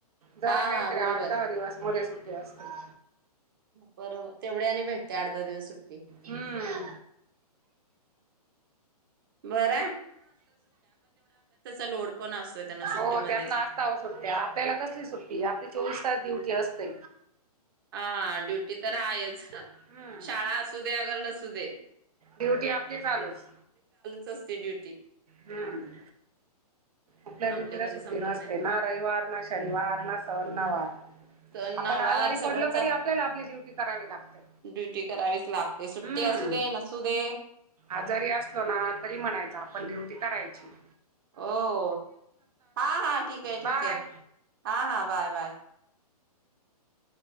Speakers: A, on the right; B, on the right.
A: जरा
B: हा
A: काहीतरी
B: हा बरोबर
A: आठ दहा दिवस मध्ये सु ठी असते.
B: बरोबर तेवढे आणि भेटते आड धा दिवस सुट्टी.
A: हम्म.
B: बर लोड पण असतोय त्यांना सुट्टीमध्ये
A: हो त्यांना असता ओ सुट्टया आपल्याला कसली सुट्टी आपली चोवीस तास ड्युटी अस ते.
B: हा ड्युटी तर आहेच.
A: हम्म
B: शाळा असू दे, अगर नसू दे.
A: ड्युटी आपली चालूच.
B: च असते ड्युटी.
A: हम्म. आपल्या ड्युटीला
B: आपली कधी
A: सुट्टी
B: संपत
A: नसते
B: नाही
A: ना. रविवार ना शनिवार ना सण ना वार.
B: सण
A: आपण आजारी
B: वार
A: पडलो
B: सगळंच
A: तरी आपल्याला आपली ड्युटी करावी लागते.
B: ड्युटी करावीच लागते सुट्टी
A: हम्
B: असू दे नसू दे
A: आजारी असलो ना तरी म्हणायचा आपण ड्युटी कराय ची.
B: हो-हो. हां-हां ठीक हे
A: बाय.
B: ठीक हे, हां-हां बाय. बाय.